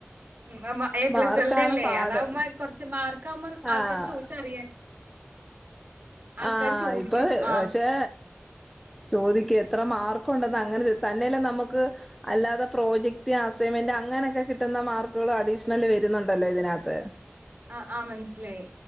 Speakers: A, on the right; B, in the centre.
A: ഉ എ പ്ലസ്കൾഡ
B: മാർക്കാണ്
A: അല്ലേ
B: പാട്
A: അതാവുമ്പ കുറച്ച് മാർക്ക ആകുമ്പോൾ
B: ആഹ്
A: ആൾക്കാര് ചോദിച്ചറിയാൻ ആൾക്കാര്
B: ആഹ
A: ചോദിക്കും
B: ഇപ്പൊ
A: ആ
B: പക്ഷേ ചോദിക്ക എത്ര മാർക്ക ഉണ്ടെന്ന് അങ്ങനെ തന്നെയല്ലാം നമുക്ക് അല്ലാതെ പ്രോജക്ട് അസൈൻമെന്റ് അങ്ങനെയൊക്കെ കിട്ടുന്ന മാർക്കുകൾ അഡീഷണല് വരുന്നുണ്ടല്ലോ ഇതിനകത്ത്
A: ആ ആഹ് മനസിലായി